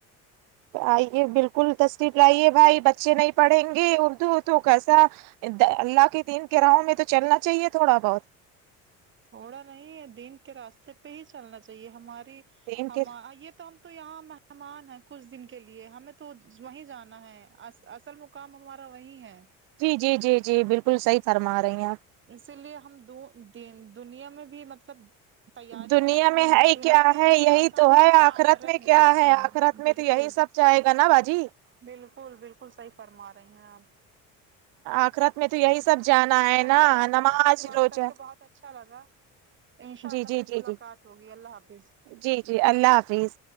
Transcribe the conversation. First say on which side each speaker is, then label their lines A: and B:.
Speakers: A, on the right; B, on the right.
A: آئیے بالکل تشریف لائیے بھائی بچے نہیں پڑھیں گے اردو تو کیسا د اللہ کے دین کے راہوں میں تو چلنا چاہیے تھوڑا بہت
B: تھوڑا نہیں ہے دن کے راستے پہ ہی چلنا چاہیے ہماری
A: دین
B: ہم
A: کے
B: یہ تو ہم تو یہاں مہمان ہیں کچھ دن کے لیے ہمیں تو وہیں جانا ہے ا اص اصل میں کام ہمارا وہیں ہے
A: جی جی جی جی بالکل صحیح فرما رہی ہیں آپ
B: اسی لیے ہم د دین دنیا میں بھی مطلب تیاری
A: دنیا
B: کریں کہ ہم
A: میں ہے ہی
B: دنیا
A: کیا
B: میں
A: ہے
B: بھی
A: یہی
B: آسانی
A: تو ہے
B: رہے
A: آخرت میں کیا
B: بھی آسانی
A: ہے آخرت میں
B: بالکل
A: تو یہی سب جائے گا نا باجی
B: بالکل بالکل صحیح فرما رہی ہیں اپ
A: آخرت میں تو یہی سب جانا ہے
B: چلیے
A: نا
B: باجی
A: نماز
B: آپ سے بات
A: روزہ
B: کر کے بہت اچھا لگا انشاء
A: جی
B: اللہ
A: جی
B: پھر
A: جی
B: ملاقات
A: جی
B: ہوگی اللہ حافظ
A: جی جی اللہ حافظ